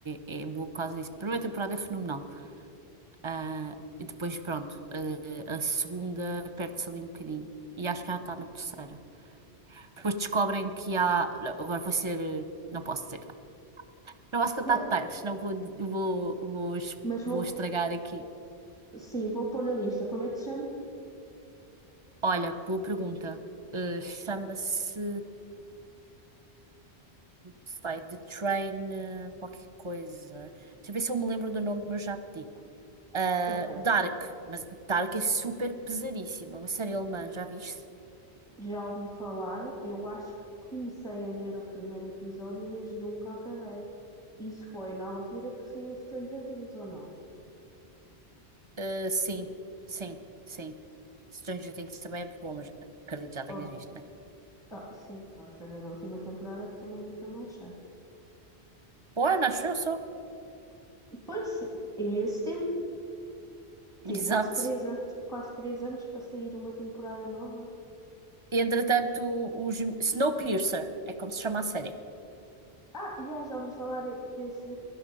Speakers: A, on the right (about 30°); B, on the left (about 15°).
A: é, é boa por causa disso. A primeira temporada é fenomenal. Ah, e depois, pronto, ah, a segunda perde-se ali um bocadinho. E acho que ela está na terceira. Depois descobrem que há. Agora vou ser. Não posso dizer. Não posso contar
B: Ah,
A: detalhes, senão vou, vou, vou, es-
B: mas vou,
A: vou estragar aqui.
B: sim, vou pôr na lista. Como é que se chama?
A: Olha, boa pergunta. Ah, chama-se. Sei, The Train, eh, qualquer coisa. Deixa eu ver se eu me lembro do nome, eu já te digo. Ah,
B: Ok.
A: Dark, mas Dark é super pesadíssima, é uma série alemã, já viste?
B: Já ouvi falar, eu acho que comecei a ver o primeiro episódio, mas nunca acabei. Isso foi na altura que saiu Stranger Things, ou não?
A: Uh, sim, sim, sim. Stranger Things também é muito bom, mas acredito que já tenhas
B: Ou-
A: visto, né?
B: ah, sim, estou à espera da última temporada que também nunca mais sai.
A: Bom, ano, acho eu só.
B: Pois, imenso tempo. Tive
A: Exato.
B: quase três anos, quase três anos para sair uma temporada nova.
A: Entretanto, os Snowpiercer, é como se chama a série.
B: Ah, já, já ouvi falar desse.